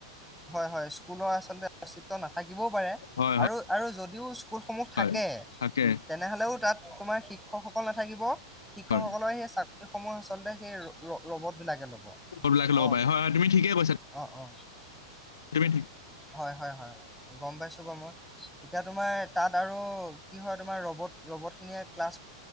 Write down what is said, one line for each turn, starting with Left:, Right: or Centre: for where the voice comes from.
Centre: হয় হয় স্কুলৰ আচলতে অস্তিত্ব নাথাকিবও পাৰে,
Left: হয়,
Centre: আৰু আৰু যদি বি স্কুলসমূহ থাকে
Left: হয়। তাকে
Centre: তেনেহ'লেও তাত তোমাৰ শিক্ষা <unintelligible> নাথাকিব শিক্ষকসকলৰ
Left: হয়,
Centre: সেই সময় আচলতে সেই ৰ ৰ ৰবত বিলাকে ল'ব
Left: বিলাকে ল'ব
Centre: অ
Left: পাৰে হয়, হয় তুমি ঠিকেই কৈছা
Centre: অ অ।
Left: তুমি
Centre: হয় হয় হয়। গম পাইছো বাৰু মই এতিয়া তোমাৰ তাত আৰু কি হয় তোমাৰ ৰবট ৰবট খিনিয়ে ক্লাছ